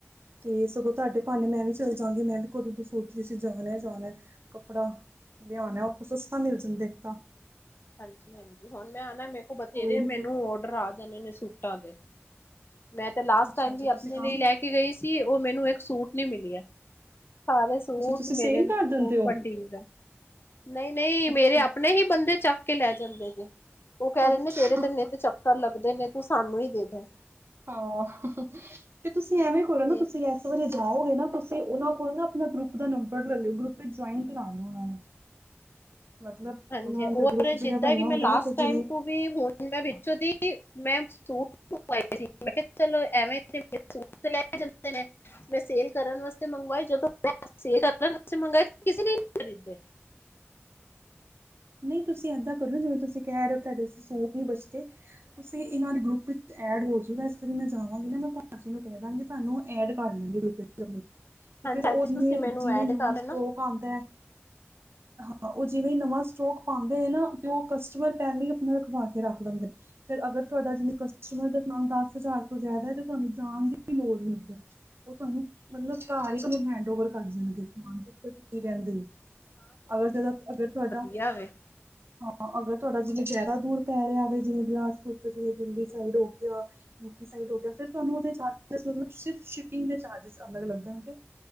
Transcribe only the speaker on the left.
ਹਾਂਜੀ ਹਾਂਜੀ ਹੁਣ ਮੈਂ ਆਨਾ ਮੇ ਕੋਲ ਬਥੇਰੇ
ਮੈਨੂੰ ਔਡਰ ਆ ਣੇ ਨੇਂ ਸੂਟਾਂ ਦੇ, ਮੈਂ ਤੇ ਲਾਸਟ
ਟਾਈਮ
ਵੀ ਆਪਣੇ
ਲਈ ਲੈ ਕੇ ਕੇ ਗਈ ਸੀ ਉਹ ਮੈਨੂੰ ਇੱਕ ਸੂਟ ਨੀਂ ਮਿਲਿਆ। ਸਾਰੇ ਸੂਟ
ਮੇਰੇ,
ਉਹ
ਵੰਡੀਦੇ। ਨਈਂ ਨਈਂ
ਮੇਰੇ ਆਪਣੇ ਹੀ ਬੰਦੇ ਚੱਕ ਕੇ ਲੈ ਜਾਂਦੇ ਨੇਂ। ਉਹ ਕਹਿ
ਰਹੇ ਨੇਂ, ਤੇਰੇ ਤੇ ਨਿੱਤ ਚੱਕਰ ਲੱਗਦੇ ਨੇਂ, ਤੂੰ ਸਾਨੂੰ ਈ ਦੇ ਦੇ।
ਇਹ
<inaudible>
ਹਾਂਜੀ
ਓ
ਜਿੱਦਾਂ
ਕਿ
ਮੈਂ ਲਾਸਟ
ਟਾਇਮ
ਤੋਂ ਵੀ ਹੁਣ ਮੈਂ ਵਿੱਚੋਂ ਦੀ ਮੈਂ ਸੂਟ ਮੰਗਵਾਏ ਸੀ, ਮੈਂ ਕਿਹਾ ਚਲੋ ਐਵੇਂ ਸੂਟ ਲੈ ਕੇ ਜਾਂਦੇ ਨੇਂ। ਮੈਂ ਸੇਲ ਕਰਨ ਵਾਸਤੇ ਮੰਗਵਾਏ, ਜਦੋਂ ਸੇਲ ਕਰਨ ਵਾਸਤੇ ਮੰਗਵਾਏ ਕਿਸੇ ਨੇਂ ਨੀਂ ਖਰੀਦੇ।
ਹਾਂਜੀ
ਹਾਂਜੀ
ਤੁਸੀਂ ਮੈਨੂੰ
ਐਡ
ਕਰ
ਦੇਣਾ
ਕਿਹਾ ਵੇ